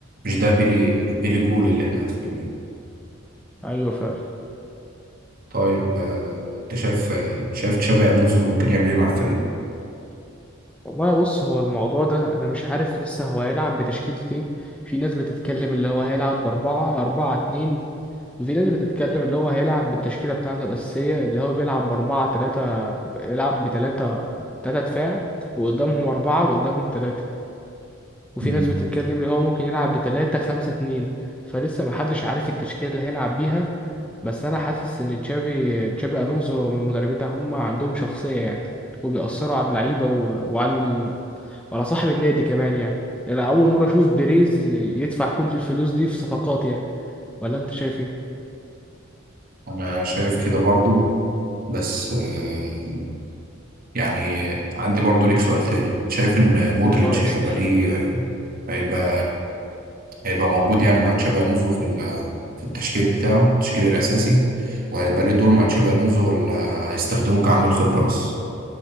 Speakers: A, on the right (about 45°); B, in the centre.
A: مش ده بيلي بيلي جول اللي احنا عارفينه يعني.
B: ايوه فعلا
A: طيب آه، انت شايف آه، شايف تشابي الونزو ممكن يعمل ايه مع الفريق
B: والله بص هو الموضوع ده انا مش عارف لسه هو هيلعب بتشكيلة ايه في ناس بتتكلم اللي هو هيلعب بأربعة أربعة اتنين وفي ناس بتتكلم اللي هو هيلعب بالتشكيلة بتاعته الأساسية اللي هو بيلعب بأربعة تلاتة بيلعب بتلاتة تلاتة دفاع وقدامهم أربعة وقدامهم تلاتة وفي
A: مم.
B: ناس بتتكلم اللي هو ممكن يلعب بتلاتة خمسة اتنين فلسه محدش عارف التشكيلة اللي هيلعب بيها بس انا حاسس ان تشافي تشافي الونزو من المدربين ده هم عندهم شخصيه يعني وبيأثروا على اللعيبه و... وعلى ال... وعلى صاحب النادي كمان يعني يعني أنا اول مره اشوف بيريز يدفع كل الفلوس دي في صفقات يعني ولا انت شايف ايه
A: انا شايف كده برضو بس آه، يعني عندي برضو ليك سؤال تاني شايف ان مودريتش
B: اه اسأل
A: هيبقى ليه هيبقى هيبقى موجود يعني مع تشابي الونزو في ال- في التشكيل بتاعه التشكيل الاساسي وهيبقى ليه دور مع تشابي الونزو ولا هيستخدمه كعامل خبرة بس